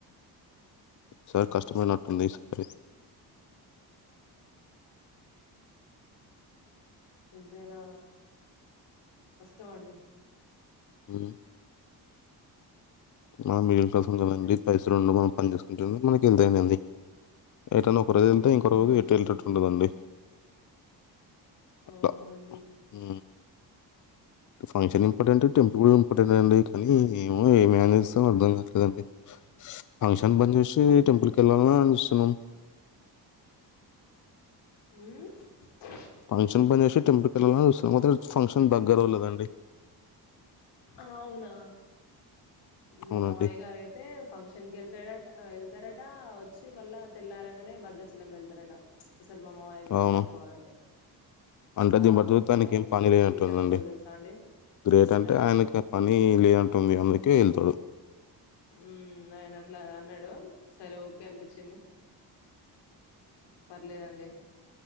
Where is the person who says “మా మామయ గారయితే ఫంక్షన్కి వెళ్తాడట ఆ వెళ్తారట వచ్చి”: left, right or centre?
Left